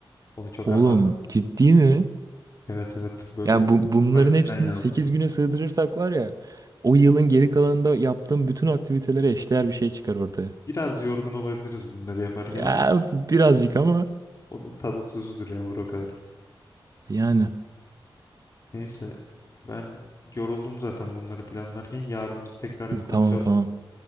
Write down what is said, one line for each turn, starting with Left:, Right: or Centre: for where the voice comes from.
Left: Onu çok
Right: Oğlum
Left: anlat.
Right: ciddi mi?
Left: Evet evet böyle
Right: Ya bu, bunların
Left: mükemmel bir
Right: hepsini
Left: plan yazdık.
Right: 8 güne sığdırırsak var ya o yılın geri kalanında yaptığım bütün aktivitelere eşdeğer bir şey çıkar ortaya.
Left: Biraz yorgun olabiliriz bunları yaparken
Right: Ya
Left: ama
Right: birazcık ama
Left: o da tadı tuzudur yavru o kadar.
Right: yani
Left: Neyse ben yoruldum zaten bunları planlarken. Yarın biz tekrar bir konuşalım.
Right: tamam tamam.